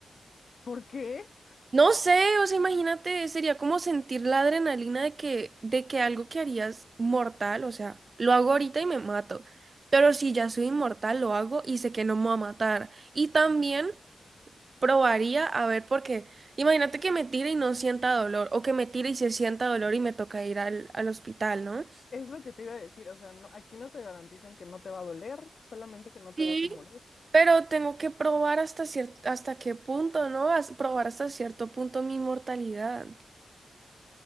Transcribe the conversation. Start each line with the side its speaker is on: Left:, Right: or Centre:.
Left: ¿Por qué?
Right: No sé, o sea, imagínate, sería como sentir la adrenalina de que, de que algo que harías mortal, o sea, lo hago ahorita y me mato, pero si ya soy inmortal, lo hago y sé que no me va a matar. Y también probaría a ver, porque imagínate que me tire y no sienta dolor, o que me tire y se sienta dolor y me toca ir al, al hospital, ¿no?
Left: Es lo que te iba a decir. O sea, no, aquí no te garantizan que no te va a doler, solamente que no te
Right: Sí,
Left: vas a morir.
Right: pero tengo que probar hasta cierto, hasta qué punto, ¿no? As- probar hasta cierto punto mi inmortalidad.